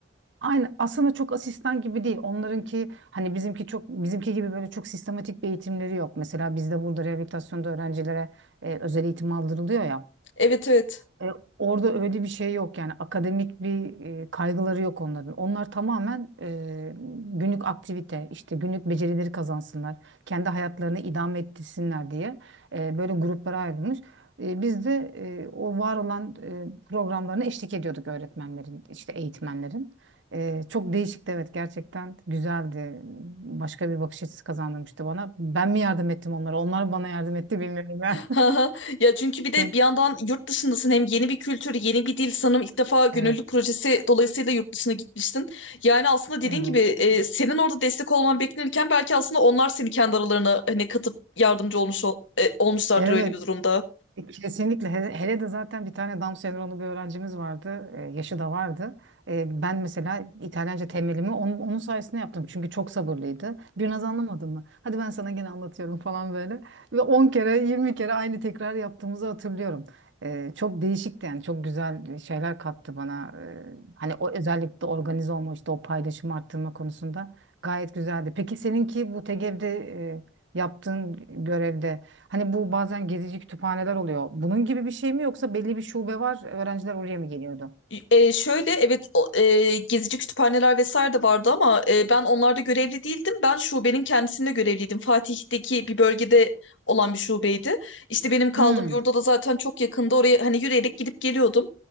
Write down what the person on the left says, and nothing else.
Evet evet.
Ha ha. Ya çünkü bir de
bir yandan yurt dışındasın hem yeni bir kültür, yeni bir dil. Sanırım ilk defa gönüllü
projesi dolayısıyla yurt dışına gitmiştin. Yani aslında dediğin
gibi e, senin orada destek olman beklenirken belki aslında onlar seni kendi aralarına hani katıp yardımcı olmuş ol- e, olmuşlardır
öyle bir durumda.
E, şöyle evet o, e, gezici kütüphaneler vesaire de vardı ama e, ben onlarda görevli değildim. Ben şubenin kendisinde görevliydim. Fatih'teki bir bölgede olan bir şubeydi. İşte benim kaldığım
yurda da zaten çok yakında oraya hani yürüyerek gidip geliyordum.